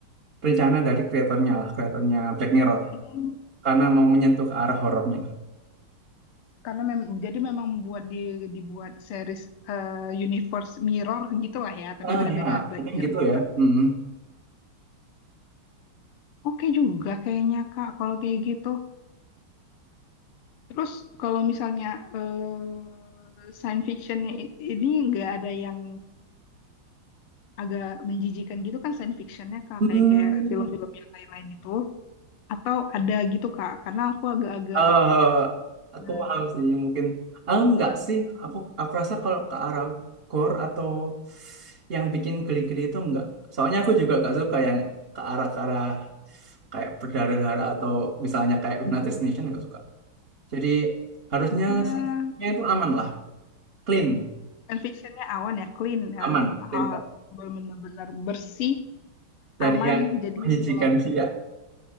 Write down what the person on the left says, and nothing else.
Hmm.
Karena mem- jadi memang buat di dibuat series eh, universe mirror gitulah ya, tapi
beda-beda
Black
Mirror.
Oke juga kayaknya Kak kalau kayak gitu. Terus kalau misalnya eh, science fictionnya i- ini nggak ada yang agak menjijikan gitu kan science fictionnya Kak
kayak kayak film-film yang lain-lain itu atau ada gitu Kak karena aku agak-agak
nah,
ya
science fictionnya awan ya clean eh,
ah,
benar-benar bersih
aman
jadi
kalau